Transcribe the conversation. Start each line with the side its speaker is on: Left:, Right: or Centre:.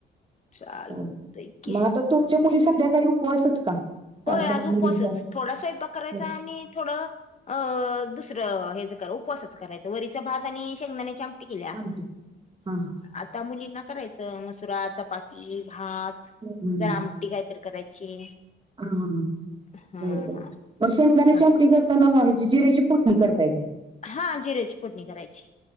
Left: चालतं
Right: चालतंय.
Left: य की
Right: मग आता तुमच्या मुली संध्याकाळी उपवासच का? त्यांचा
Left: होय आज
Right: मुलींचा
Left: उपासच, थोडा स्वयंपा करायचा
Right: उपवास
Left: आणि थोडं अ दुसरं हेच करा उपवासच करायचं वरीच भात आणि शेंगदाण्या ची आमटी. टिकल्या
Right: आमटी हा हा
Left: आता मुलींना करायचं मसुरा, चपाती, भात,
Right: हम्म.
Left: जरा आमटी कायतरी करायची.
Right: हां हां
Left: हा
Right: बर बर मग शेंगंदाण्याची
Left: हा.
Right: आमटी करताना, ह्याची जिऱ्याची फोडणी करताय काय?
Left: हा जिऱ्याची फोडणी करायची.